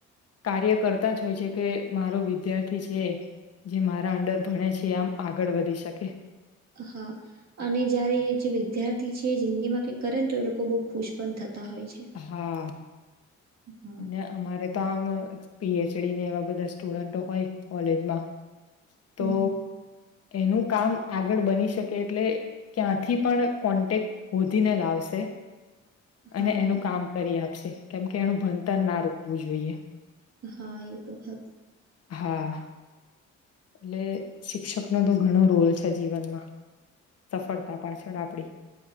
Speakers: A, on the left (about 55°); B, on the right (about 60°).
A: કાર્ય કરતા જ હોય છે કે મારો વિદ્યાર્થી. છે જે મારા અંદર ભણે છે આમ આગળ વધી શકે.
B: હા અને જયારે જે વિદ્યાર્થી છે જિંદગી માં કઈક કરે ને તો એ લોકો બહુ ખુશ પણ થતા. તા હોય છે.
A: હા
B: હા
A: અને અમારે તો આમ. પીએચડીને એવા બધા સ્ટુડન્ટો હોય કોલેજમાં
B: હમ
A: તો. એનું કામ આગળ બની શકે એટલે ક્યાંથી પણ કોન્ટેક્ટ શોધીને લાવશે.
B: હા
A: અને એનું કામ કરી આપશે કેમકે એનું ભણતર ના રોકવું જોઈએ.
B: હા એ તો કરી
A: હા એટલે શિક્ષક નો તો ઘણો રોલ છે જીવનમાં સફળતા પાછળ આપડી